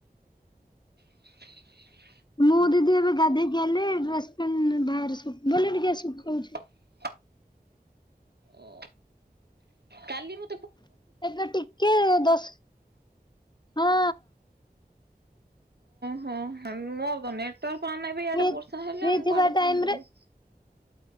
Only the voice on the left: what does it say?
ମୁଁ ଦିଦି ଏବେ ଗାଧେଇ କି ଆଇଲି, ଡ୍ରେସ୍ ପିନ୍ଧ ବାହାରିବି ବୋଲି ଟିକେ ସୁଖଉଛି।
ତେ ଟିକେ ଦଶ ହଁ।
ଫ୍ରି
ଫ୍ରି
ଥିବା
ଟାଇମ
ରେ